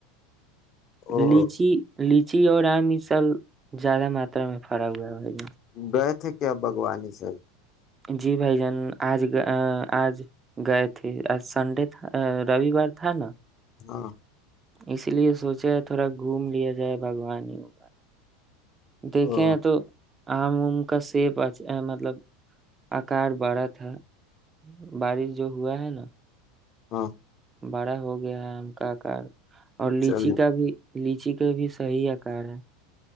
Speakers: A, on the left; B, on the right.
A: وہ
B: لچی لچی اور آم اس سب زیادہ ماترا میں پھرا ہوا ہے
A: گئے تھے کیا بھگوانی صاحب
B: جی بھائی جان آج آج گئے تھے آج سنڈے تھا رووار تھا نا
A: ہاں
B: اس لیے سوچے تھوڑا گھوم لیا جائے باگوانی ہو کا دیکھے
A: او
B: ہیں تو آم ام کا سیب مطلب آکار بڑا تھا بارش جو ہوا ہے نا
A: ہاں
B: بڑا ہو گیا ہے ہم کہ کر اور لچی
A: چلیے
B: کا بھی لیچی کا بھی صحی آکار ہے